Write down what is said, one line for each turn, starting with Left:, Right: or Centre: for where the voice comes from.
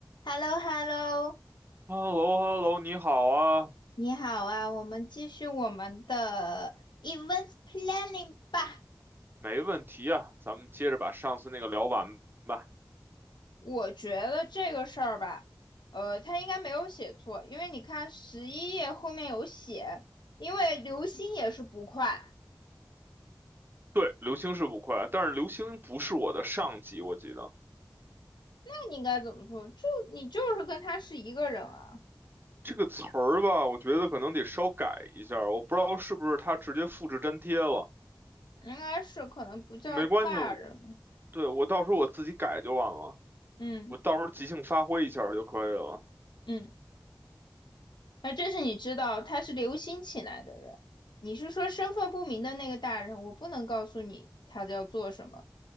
Left: h e l l o h e l l o
Right: h e l l o h e l l o 你好啊，
Left: 你好啊，我们继续我们的 events planning 吧。
Right: 没问题啊，咱们接着把上次那个聊完吧。
Left: 我觉得这个事儿吧，呃，他应该没有写错，因为你看十一页后面有写，因为刘星也是不快，
Right: 对，刘星是捕快啊，但是刘星不是我的上级，我记得
Left: 那你应该怎么说？就你就是跟他是一个人啊，
Right: 这个词儿吧，我觉得可能得稍改一下儿我不知道是不是他直接复制粘贴了，
Left: 应该是可能不叫大人，
Right: 没关系，我对，我到时候我自己改就完了，
Left: 嗯
Right: 我到时候即兴发挥一下儿就可以了。
Left: 嗯，那这是你知道他是刘星请来的人。你是说身份不明的那个大人？我不能告诉你他要做什么，